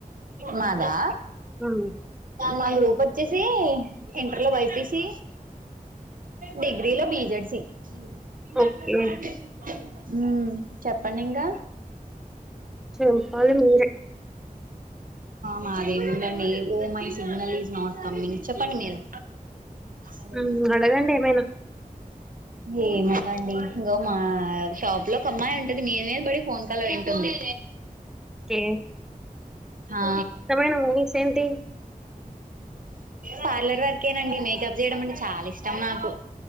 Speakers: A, on the right; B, in the centre.
A: మాదా
B: ఉమ్
A: మా గ్రూప్ వచ్చేసి ఇంటర్ లో బైపిసి డిగ్రీలో బిజెడ్సి మంగ్
B: ఓకే
A: అలా సా మ ఉమ్ చెప్పండి ఇంకా
B: చెప్పాలి మీరే
A: మాదేముందండి oh my signal is not coming చెప్పండి మీరు అదే
B: ఉమ్ అడగండి ఏమైనా
A: ఏమందండి ఇంకా మా షాప్ లో ఒక అమ్మాయి ఉంటది మీద మీద బడి ఫోన్ కాల్ వింటుంది
B: కే
A: ఆ
B: సమయ నా మూవీస్ ఏంటి
A: పార్లర్ వర్కేనండి మేకప్ చేయడం అంటే చాలా ఇష్టం నాకు